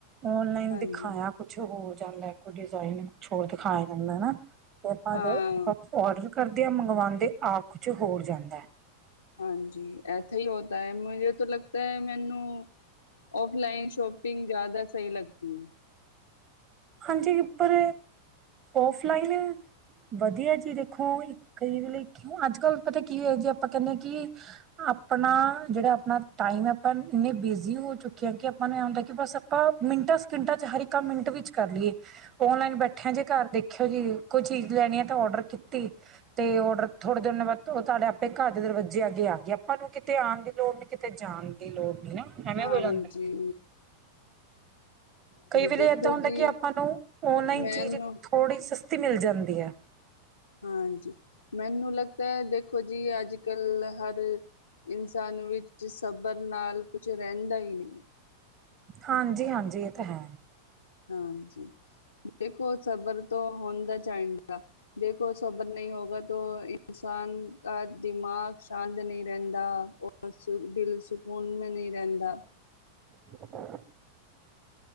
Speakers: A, on the right; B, on the left.
A: ਓਨਲਾਈਨ
B: ਹਾਂਜੀ
A: ਦਿਖਾਇਆ ਕੁਛ ਹੋਰ ਜਾਂਦਾ ਕੋ ਡਿਜ਼ਾਇਨ ਕੁਛ ਹੋਰ ਦਿਖਾਇਆ ਜਾਂਦਾ ਹਨਾ ਤੇ ਆਪਾਂ
B: ਹਾਂ
A: ਜੋ ਆਪਾਂ ਔਡਰ ਕਰਦੇ ਹਾਂ ਮੰਗਵਾਉਣਦੇ ਆ ਕੁਛ ਹੋਰ ਜਾਂਦਾ
B: ਹਾਂਜੀ ਇੱਥੇ ਹੀ ਹੋਤਾ ਹੈ ਮੁਜ਼ੇ ਤੋਂ ਲੱਗਦਾ ਹੈ ਮੈਨੂੰ ਔਫਲਾਈਨ ਸ਼ੋਪਿੰਗ ਜ਼ਿਆਦਾ ਸਹੀ ਲਗਦੀ ਐ
A: ਹਾਂਜੀ ਪਰ ਔਫਲਾਈਨ ਵਧੀਆ ਜੀ ਦੇਖੋ ਕਈ ਵ ਲਈ ਕਿ ਅੱਜ ਕੱਲ ਪਤਾ ਕੀ ਹੋਇਆ ਜੇ ਆਪਾਂ ਕਹਿੰਦੇ ਕਿ ਆਪਣਾ ਜਿਹੜਾ ਆਪਣਾ ਟਾਈਮ ਆਪਾਂ ਇੰਨੇ ਬਿਜੀ ਹੋ ਚੁੱਕੇ ਹਾਂ ਕਿ ਆਪਾਂ ਨੂੰ ਇਹ ਹੁੰਦਾ ਕਿ ਬਸ ਆਪਾਂ ਮਿੰਟਾਂ ਸਕਿੰਟਾਂ ਚ ਹਰਕਾ ਮਿੰਟ ਵਿੱਚ ਕਰ ਲਈਏ ਓਨਲਾਈਨ ਬੈਠਿਆ ਜੇ ਘਰ ਦੇਖਿਓ ਜੀ ਕੋਈ ਚੀਜ਼ ਲੈਣੀ ਆ ਤਾਂ ਔਡਰ ਕੀਤੀ ਤੇ ਔਡਰ ਥੋੜੇ ਦਿਨ ਬਾਅਦ ਉਹ ਤੁਹਾਡੇ ਆਪੇ ਘਰ ਦੇ ਦਰਵਾਜੇ ਅਗੇ ਆ ਗਏ ਆਪਾਂ ਨੂੰ ਕਿਤੇ ਆਉਣ ਦੀ ਲੋੜ ਨ ਤੇ ਜਾਣ ਦੀ ਲੋੜ ਵੀ ਨਾ ਐਵੇਂ
B: ਹਾਂਜੀ
A: ਹੋ ਜਾਂਦਾ ਕਈ ਵੇਲੇ
B: ਦੇਖੋ
A: ਇਦਾਂ ਹੁੰਦਾ
B: ਜੀ
A: ਕਿ ਆਪਾਂ ਨੂੰ ਔਨਲਾਈਨ
B: ਮੈਨੂੰ
A: ਚੀਜ਼ ਥੋੜ੍ਹੀ ਸਸਤੀ ਮਿਲ ਜਾਂਦੀ ਐ
B: ਹਾਂਜੀ ਮੈਨੂੰ ਲੱਗਦਾ ਹੈ ਦੇਖੋ ਜੀ ਅੱਜ ਕੱਲ ਹਰ ਇਨਸਾਨ ਵਿੱਚ ਸਬਰ ਨਾਲ ਕੁਛ ਰਹਿੰਦਾ ਹੀ ਨਹੀਂ ਹੈ
A: ਹਾਂਜੀ ਹਾਂਜੀ ਇਹ ਤਾਂ ਹੈ
B: ਹਾਂਜੀ ਦੇਖੋ ਸਬਰ ਤੋਂ ਹੁੰਦਾ ਚਾ ਦੇਖੋ ਸਬਰ ਨਹੀਂ ਹੋਗਾ ਤਾਂ ਇਨਸਾਨ ਕ ਦਿਮਾਗ ਸ਼ਾਂਤ ਨਹੀਂ ਰਹਿੰਦਾ ਸੁ ਦਿਲ ਸਕਕੂਨ ਮੈਂ ਨਹੀਂ ਰਹਿੰਦਾ
A: <inaudible>